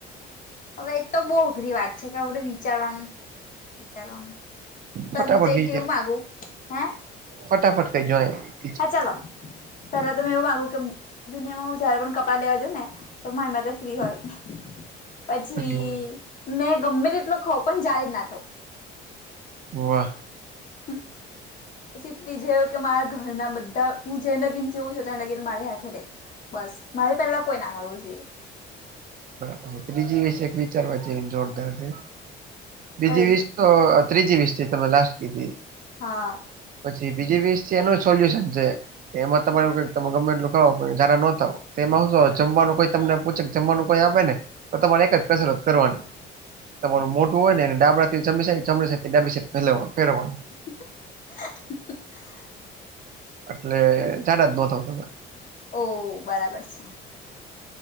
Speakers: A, on the left (about 45°); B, on the right (about 45°).
A: હવે એ તો બહુ અઘરી વાત છે કે આપડ વિચારવાનું વિચારવાનું પેલું
B: ફટાફટ
A: તો એક
B: બીજ
A: એવું માગુ હે
B: ફટાફટ કઈ જોાય <unintelligible>
A: હા ચાલો પેલા તો મેં એવું માંગુ કે દુનિયામાં હું જયારે પણ કપડાં લેવા જાવ ને તો મારી માટે ફ્રી હોય પછી
B: કર્યું.
A: મેં ગમે એટલું ખઉં પણ જા્યારે જ ના થવું.
B: વાહ.
A: હમ. પછી ત્રીજું એવું કે મારા ઘરના બધા હું જેને લગીન જીવું છું તેને લગીન મારી હાથે ર. બસ મારે પેલા કોઈ ના મળવું જોઈએ.
B: બરાબર છે ત્રીજી વિસ એક વિચારવા જે જોરદાર છે બીજી
A: કઈ
B: વી. તો ત્રીજી વીસ થી તમે લાસ્ટ કીધી
A: હા
B: પછી બીજી વીસ છે એનું સોલ્યુશન છે. કે એમાં તમારુ કઈ તમે ગમેટલુવો જાર ન થાવ એમાં હું જમવાનું કોઈ તમને પૂછે જમવાનુ કોઈ આપે ને તો તમારે એક જ કસરત કરવાની તમારુ મોટુ હોય, ને ડાબડાથી જમી જમડી ડાબી પહેરવાનુ
A: <unintelligible>
B: એટલે જાર જ નહ થ તમે
A: ઓહ બરાબર છે.